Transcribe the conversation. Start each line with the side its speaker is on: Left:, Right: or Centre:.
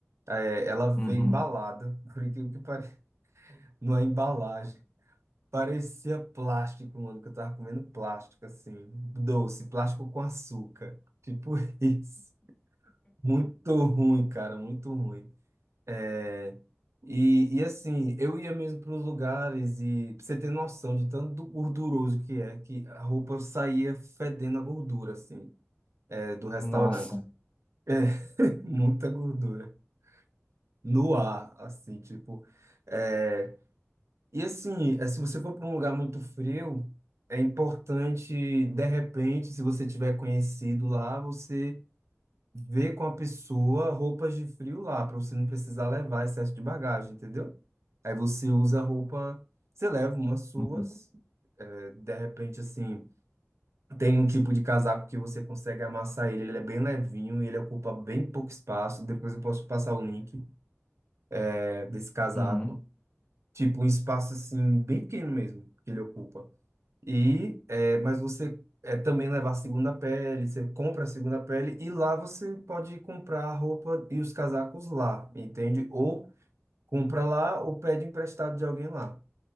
Right: É, ela vem
Left: Uhum.
Right: embalada, <laughs> por incrível que pareça, numa embalagem. Parecia plástico, mano, que eu tava comendo plástico, assim, doce, plástico com açúcar. Tipo <laughs> isso. Muito ruim, cara, muito ruim. É, E, e assim, eu ia mesmo para os lugares e pra você ter noção de tanto do gorduroso que é, que a roupa saía fedendo a gordura, assim, é, do restaurante.
Left: Nossa.
Right: É, <laughs> muita gordura. No ar, assim, tipo. É... E assim, é, se você for para um lugar muito frio, é importante, de repente, se você tiver conhecido lá, você ver com a pessoa roupas de frio lá, para você não precisar levar excesso de bagagem, entendeu? Aí você usa roupa, você leva umas suas,
Left: Uhum.
Right: é, de repente, assim, tem um tipo de casaco que você consegue amassar ele, ele é bem levinho e ele ocupa bem pouco espaço. Depois eu posso te passar o link, é, desse casaco.
Left: Uhum.
Right: Tipo, um espaço, assim, bem pequeno mesmo, que ele ocupa. E, é, mas você é, também levar a segunda pele, você compra a segunda pele e lá você pode comprar a roupa e os casacos lá, entende? Ou compra lá ou pede emprestado de alguém lá,